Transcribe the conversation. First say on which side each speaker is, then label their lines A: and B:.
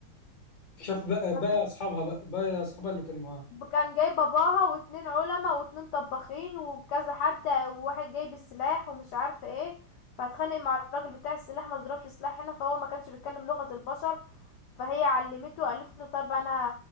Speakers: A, on the left; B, on the left.
A: شاف بقى
B: ففت-
A: بقى اصحابها بقى بقى اصحابها اللي كانوا معاه
B: كان جاي باباها واتنين علماء واتنين طباخين وكذا حد وواحد جايب السلاح ومش عارفه ايه فاتخانق مع الراجل بتاع السلاح ما ضربش سلاح هنا فهو ما كانش بيتكلم لغة البشر فهي علمته قالت له طب انا